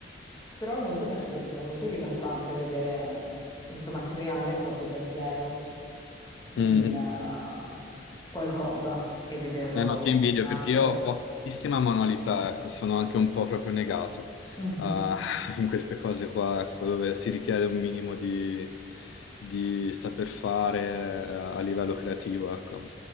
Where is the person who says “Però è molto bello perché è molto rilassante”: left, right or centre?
Left